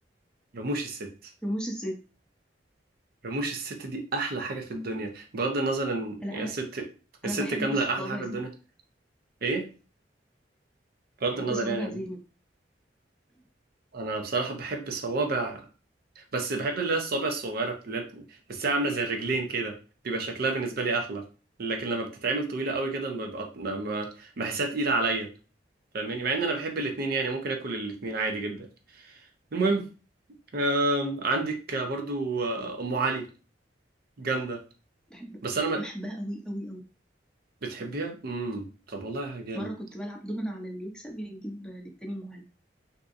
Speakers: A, on the right; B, in the centre.
A: رموش الست
B: رموش الست
A: رموش الست دي احلى حاجة في الدنيا بغض النظر ان
B: انا
A: يا
B: انا
A: ست الست
B: انا بحب
A: كاملة
B: صوابع
A: احلى حاجة في
B: زينب
A: الدنيا ايه بغض
B: بحب
A: النظر
B: صوابع
A: يعني
B: زينب
A: انا بصراحه بحب الصوابع بس بحب اللي هي الصوابع الصغيره اللي هي بتحسها عامله زي الرجلين كده بيبقى شكلها بالنسبه لي احلى لكن لما بتتعمل طويله قوي كده ما ببقى ما ما- بحسها تقيله عليا فاهماني مع ان انا بحب الاتنين يعني ممكن اكل الاتنين عادي جدا المهم آم، عندك برضو آه، ام علي جامده
B: بحب
A: بس انا ما
B: بحبها قوي قوي قوي
A: بتحبيها امم طب والله جامد
B: مره كنت بلعب دومنا على اللي يكسب يجيب للتاني معلم